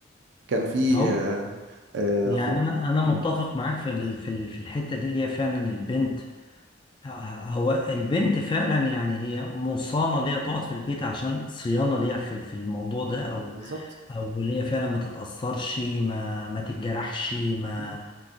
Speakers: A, on the right; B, on the left.
A: كان في
B: هو
A: آه، آه،
B: يعني
A: خط
B: انا انا متفق
A: مم.
B: معاك في ال... في ال... في الحتة دي اللي هي فعلا البنت آه، هو البنت فعلا يعني هي مصانة ليها تقعد في البيت عشان صيانة ليها في في الموضوع ده او
A: بالظبط
B: او اللي هي فعلا ما تتاثرش ما ما تتجرحش ما
A: مم.